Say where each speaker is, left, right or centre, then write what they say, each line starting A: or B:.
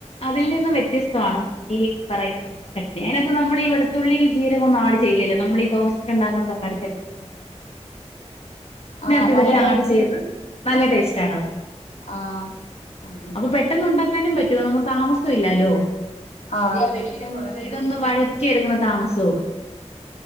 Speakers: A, on the left; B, on the left.
A: അതിൽ നിന്നും വ്യത്യസ്തവാണ് ഈ പറയുന്ന ചട്നി അയിനൊക്കെ നമ്മളീ വെളുത്തുള്ളി ജീരകം ഒന്നും ആഡ് ചെയ്യല് നമ്മളീ ദോശക്കൊണ്ടാക്കുന്ന തക്കാളി ചട്നിക്ക് ഇതിനാത്ത്
B: ആഹ് നല്ല
A: ഇതെല്ലാം
B: ടേ
A: ആഡ് ചെയ്ത് നല്ല ടേസ്റ്റാണ്
B: ആഹ്
A: ആ അപ്പൊ പെട്ട് ട്ടെന്നൊണ്ടാക്കാനും പറ്റും നമ്മ താമസം ഇല്ലാലോ.
B: ആഹ്
A: ഇതൊന്നു വഴറ്റി എടുക്കണ താമസോള്ളൂ.